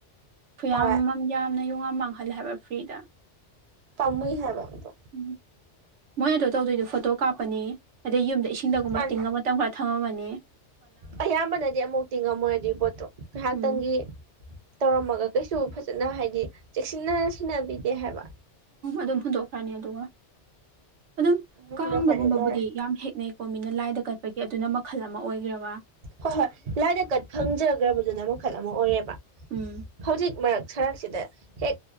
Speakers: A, on the right; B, on the right.
A: ꯈꯨꯌꯥꯝ
B: ꯍꯣꯏ
A: ꯑꯃ ꯌꯥꯝ ꯗꯨꯅ ꯌꯣꯡ ꯌꯥꯝ ꯃꯥꯡꯍꯜꯂꯦꯕ ꯐ꯭ꯔꯤꯗ
B: ꯇꯃꯨꯏ ꯍꯥꯏꯕ ꯑꯗꯣ
A: ꯎꯝ ꯃꯣꯏ ꯑꯗꯨ ꯇꯧꯗꯣꯏꯗꯣ ꯐꯣꯇꯣ ꯀꯥꯞꯄꯅꯤ ꯑꯗꯩ ꯌꯨꯝꯗ ꯏꯁꯤꯡꯗꯒꯨꯝꯕ
B: ꯃꯥꯅꯦ
A: ꯇꯤꯡꯉꯃ <unintelligible>
B: ꯑꯌꯥꯝꯕꯅꯗꯤ ꯑꯃꯣꯛ ꯇꯤꯡꯉꯝꯃꯣꯏ ꯑꯗꯨꯒꯤ ꯄꯣꯠꯇꯣ ꯉꯥꯏꯍꯥꯛꯇꯪꯒꯤ
A: ꯎꯝ
B: ꯇꯧꯔꯝꯃꯒ ꯀꯩꯁꯨ ꯐꯖꯅ ꯍꯥꯏꯗꯤ ꯆꯦꯛꯁꯤꯟꯅ ꯁꯤꯟꯅꯕꯤꯗꯦ ꯍꯥꯏꯕ
A: ꯑꯗꯨꯝ ꯍꯨꯟꯗꯣꯛꯈ꯭ꯔꯅꯤ ꯑꯗꯨꯒ ꯑꯗꯨꯝ
B: ꯍꯨꯝꯂꯛꯀꯅꯤ
A: ꯀꯥꯡꯗꯒꯨꯝꯕꯕꯨꯗꯤ
B: ꯂꯣꯏꯔꯦ
A: ꯌꯥꯝ ꯍꯦꯛꯅꯩ ꯄꯣ ꯃꯤꯅ ꯂꯥꯏꯗ ꯀꯠꯄꯒꯤ ꯑꯗꯨꯅ ꯃꯈꯜ ꯑꯃ ꯑꯣꯏꯒ꯭ꯔꯦꯕ
B: ꯍꯣꯏ ꯍꯣꯏ ꯂꯥꯏꯗ ꯀꯠ ꯐꯪꯖꯒ꯭ꯔꯕꯗꯨꯅ ꯃꯈꯜ ꯑꯃ ꯑꯣꯏꯌꯦꯕ
A: ꯎꯝ
B: ꯍꯧꯖꯤꯛ ꯃꯔꯛ ꯁꯔꯛꯁꯤꯗ ꯍꯦꯛ